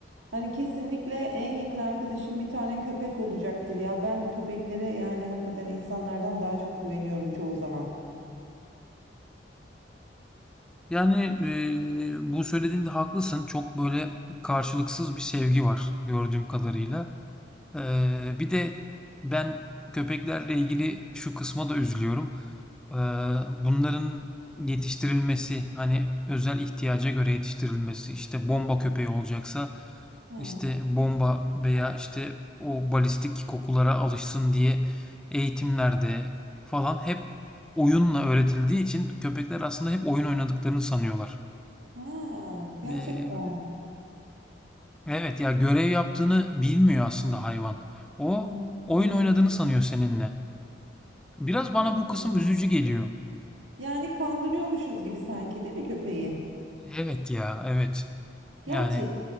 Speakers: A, on the right; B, in the centre.
A: hani kesinlikle en yakın arkadaşım bir tane köpek olacaktır ya ben köpeklere yani hakikaten insanlardan daha çok güveniyorum çoğu zaman.
B: Yani e, bu söylediğinde haklısın. Çok böyle karşılıksız bir sevgi var gördüğüm kadarıyla. Ee, bir de ben köpeklerle ilgili şu kısma da üzülüyorum. Ee, bunların yetiştirilmesi hani özel ihtiyaca göre yetiştirilmesi işte bomba köpeği olacaksa
A: Ha,
B: işte bomba veya işte o balistik kokulara alışsın diye eğitimlerde falan hep oyunla öğretildiği için köpekler aslında hep oyun oynadıklarını sanıyorlar.
A: ha gerçekten.
B: Ee, evet ya görev yaptığını bilmiyor aslında hayvan. O
A: Am-
B: oyun
A: Evet,
B: oynadığını sanıyor seninle. Biraz
A: evet
B: bana bu kısım
A: ya.
B: üzücü geliyor.
A: Yani kandırıyormuşuz gibi sanki değil mi köpeği?
B: Evet ya, evet.
A: Gerçi
B: Yani